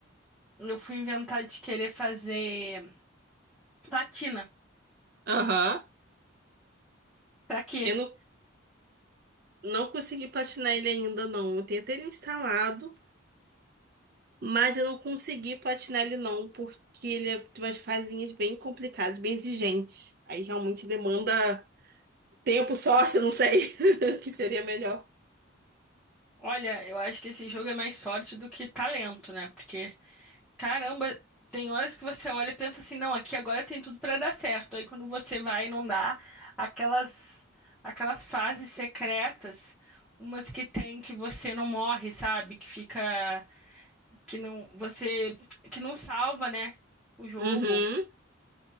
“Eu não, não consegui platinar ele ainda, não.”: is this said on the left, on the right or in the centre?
Right